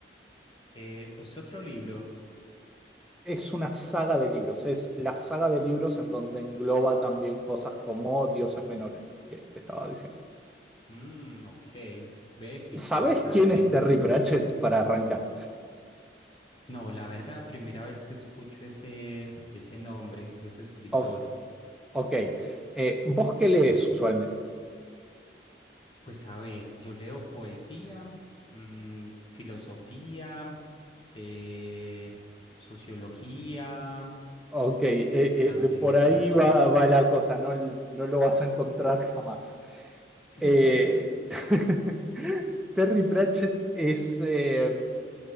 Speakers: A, on the left; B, in the centre.
A: Eh, ¿es otro libro?
B: Es una saga de libros, es la saga de libros en donde engloba también cosas como Dioses Menores, que te estaba diciendo.
A: Mm, ok, ve, qué
B: ¿Sabés
A: interesante.
B: quién es Terry Pratchett para arrancar?
A: No, la verdad, primera vez que escucho ese, ese nombre, ese escritor.
B: O- ok, eh, ¿vos qué lees usualmente?
A: Pues a ver, yo leo poesía, mm, filosofía, eh, sociología,
B: Ok, eh,
A: también
B: eh, por
A: literatura.
B: ahí va, va la cosa, no, no lo vas a encontrar jamás.
A: <laughs>
B: Eh, <laughs> Terry Pratchett es, eh,